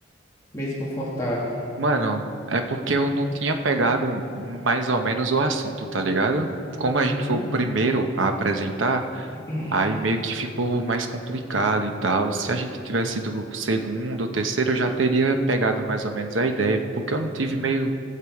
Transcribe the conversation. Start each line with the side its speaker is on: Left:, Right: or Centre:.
Left: meio desconfortável?
Right: Mano, é porque eu não tinha pegado mais ou menos o assunto, tá ligado? Como a
Left: Uhum.
Right: gente foi o primeiro a apresentar,
Left: <clears throat>
Right: aí meio que ficou mais complicado e tal. Se a gente tivesse sido o segundo ou terceiro, eu já teria pegado mais ou menos a ideia, porque eu não tive meio